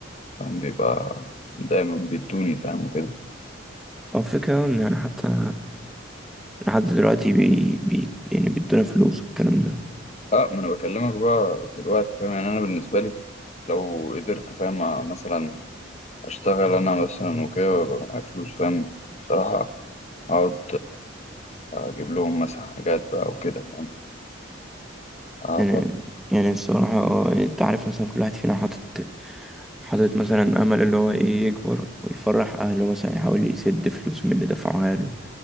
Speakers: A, on the left; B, in the centre.
A: فاهم بيبقى دايما بيدوني فاهم وكده
B: هو الفكرة إن حتى لحد دلوقتي بي... بي... يعني بيدونا فلوس والكلام ده
A: اه ما انا بكلمك بقى دلوقتي فاهم يعني انا بالنسبة لي لو قدرت فاهم مثلا اشتغل انا مثلا وكده ويبقى معايا فلوس فاهم بصراحة اقعد اجيب لهم مثلا حاجات بقى وكده فاهم افضل
B: يعني يعني الصراحة اه يعني انت عارف مثلا كل واحد فينا حاطط حاطط مثلا أمل اللي هو ايه يكبر ويفرح أهله مثلا يحاول يسد فلوس من اللي دفعوها له